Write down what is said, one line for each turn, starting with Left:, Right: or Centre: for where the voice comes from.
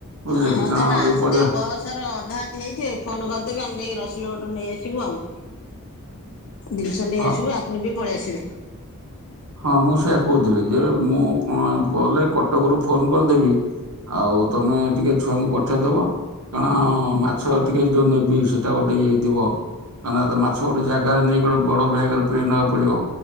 Right: ବୁଝିଲେ
Left: ହଁ
Right: କି କାରଣ
Left: ତମେ ଆସିନେ
Right: ଏଇ ପରିବା
Left: ବସ୍ ସର ଅଧା ଅଧି ହେଇଥିବେ ଫୋନ୍ କରିଦେବେ ଆମେ ଯାଇକି ରସଲଗଡ଼ରୁ ନେଇ ଆସିବୁ ଆଉ। ଦିନିଷ ନେଇ
Right: ହଁ
Left: ଆସିବୁ ଆପଣବି ପଳେଇ ଆସିବେ।
Right: ହଁ ମୁଁ ସେଇଆ କହୁଥିଲି ଯେ ମୁଁ କଗଲେ କଟକରୁୁ ଫୋନ୍ କରିଦେବି ଆଉ ତମେ ଟିକେ ଛୁଆଙ୍କୁ ପଠେଇଦବ କାରଣ ମାଛ ଟିକେ ଯୋଉ ନେବି ସେଟା ଗୋଟେ ଇଏ ହେଇଥିବ। କଁନା ମାଛ ଗୋଟେ ଜାଗାରେ ନେଇକ ଗୋଟେ ବଡ଼ ବ୍ୟାଗରେ ପୁରେକି ନବାକୁ ପଡ଼ିବ